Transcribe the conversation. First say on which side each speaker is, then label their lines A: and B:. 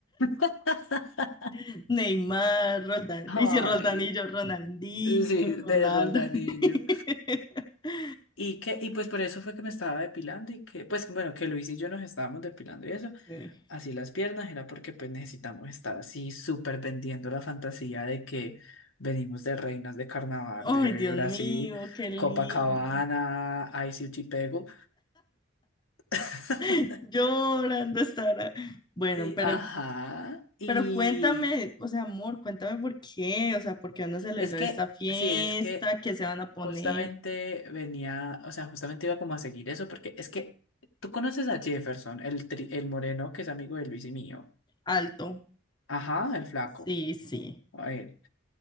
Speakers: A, on the left; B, on the left.
A: <laughs>
B: <laughs> Neymar, Roldán,
A: Ay,
B: y si Roldanillo, Ronaldinho,
A: sí, de
B: Ronaldo.
A: Roldanillo.
B: <laughs>
A: Y que, y pues por eso fue que me estaba depilando y que, pues bueno, que Luis y yo nos estábamos depilando y eso,
B: Sí.
A: así las piernas, era porque pues necesitamos estar así súper vendiendo la fantasía de que venimos de reinas de carnaval
B: Ay,
A: de
B: Dios
A: Brasil,
B: mío, qué lindo.
A: Copacabana, Pego <laughs>
B: <laughs> Llorando estará. Bueno,
A: Y,
B: pero
A: ajá, y
B: Pero cuéntame, o sea, amor, cuéntame por qué, o sea, por qué van a celebrar
A: es que,
B: esta fiesta,
A: sí, es que
B: qué se van a poner
A: justamente venía, o sea, justamente iba como a seguir eso, porque es que tú conoces a Jefferson, el, tri- el moreno que es amigo de Luis y mío.
B: alto.
A: Ajá, el flaco.
B: Sí, sí.
A: A ver.